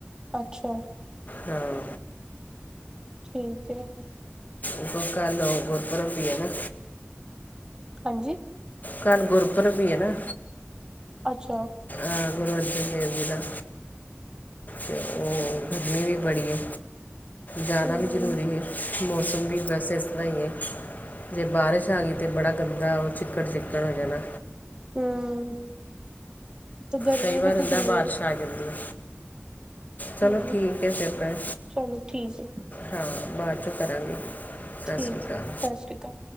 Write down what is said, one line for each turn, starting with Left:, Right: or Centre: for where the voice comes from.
Right: ਅੱਛਾ।
Left: ਹਾਂ।
Right: ਠੀਕ ਏ।
Left: ਇੱਕ ਓ ਕੱਲ ਓ ਗੁਰਪੂਰਬ ਵੀ ਐ ਨਾ।
Right: ਹਾਂਜੀ?
Left: ਕੱਲ ਗੁਰਪੂਰਬ ਵੀ ਐ ਨਾ।
Right: ਅੱਛਾ।
Left: ਅ ਗੁਰ ਅਰਜਨ ਦੇਵ ਜੀ ਦਾ। ਤੇ ਓ ਗਰਮੀ ਵੀ ਬੜੀ ਐ, ਜਾਣਾ
Right: ਹਮ
Left: ਵੀ ਜ਼ਰੂਰੀ ਐ। ਮੌਸਮ ਵੀ ਵੈਸੇ ਇਸ ਤਰ੍ਹਾਂ ਈ ਐ। ਜੇ ਬਾਰਿਸ਼ ਆ ਗਈ ਤਾਂ ਬੜਾ ਗੰਦਾ ਓ ਚਿੱਕੜ -ਚਿੱਕੜ ਹੋ ਜਾਣਾ।
Right: ਹੂੰ, ਤੇ ਗਰਮੀ
Left: ਕਈ ਵਾਰ
Right: ਵੀ
Left: ਹੁੰਦਾ
Right: ਤੇ ਕਿੰਨੀ
Left: ਬਾਰਿਸ਼
Right: ਆ।
Left: ਆ ਜਾਂਦੀਆ, ਚਲੋ
Right: ਹੂੰ
Left: ਠੀਕ ਐ ਫੇਰ ਮੈਂ
Right: ਚਲੋ ਠੀਕ ਐ,
Left: ਹਾਂ, ਬਾਚੋਂ ਕਰਾਂਗੇ।
Right: ਠੀਕ
Left: ਸਤਿ ਸ਼੍ਰੀ ਅਕਾਲ
Right: ਐ ਸਤਿ ਸ਼੍ਰੀ ਅਕਾਲ।